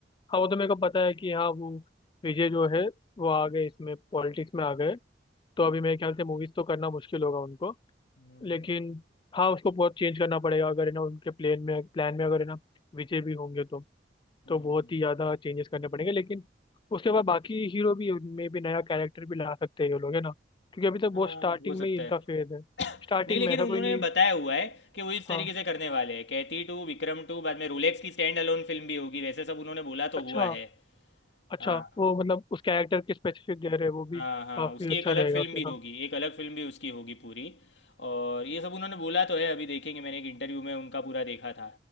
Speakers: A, on the left; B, on the left.
A: हाँ वो तो मेरे को पता है कि हाँ वो विजय जो है वो आ गए इसमें पॉलिटिक्स में आ गए तो
B: हम्म,
A: अभी मेरे ख्याल से मूवीज तो करना मुश्किल होगा उनको
B: हम्म,
A: लेकिन हाँ उसको बहुत चेंज करना पड़ेगा अगर है ना उनके प्लेन में प्लान में अगर है ना विजय भी होंगे तो
B: हम्म।
A: तो बहुत ही ज़्यादा चेंजेस करने पड़ेंगे लेकिन उसके बाद बाकी हीरो भी में भी नया कैरेक्टर भी ला सकते हैं ये लोग है ना क्योंकि अभी तक बहुत
B: हाँ
A: स्टार्टिंग
B: हो सकता
A: में ही इनका
B: है
A: फेज है
B: <coughs>
A: स्टार्टिंग
B: नहीं लेकिन
A: में ऐसा
B: उन्होंने
A: कोई नहीं
B: बताया हुआ है कि वो इस तरीके
A: हाँ
B: से करने वाले हैं कैथी टू विक्रम टू बाद में रोलेक्स की स्टैंड अलोन फिल्म भी होगी वैसे सब उन्होंने बोला तो
A: अच्छा
B: हुआ है
A: अच्छा
B: हाँ
A: वो मतलब उस कैरेक्टर के स्पेसिफिक दे रहे हैं वो भी
B: हाँ हाँ
A: काफ़ी
B: उसकी
A: अच्छा
B: एक अलग
A: रहेगा
B: फिल्म
A: फिर
B: भी होगी
A: हाँ
B: एक अलग फिल्म भी उसकी होगी पूरी और ये सब उन्होंने बोला तो है अभी देखेंगे मैंने एक इंटरव्यू में उनका पूरा देखा था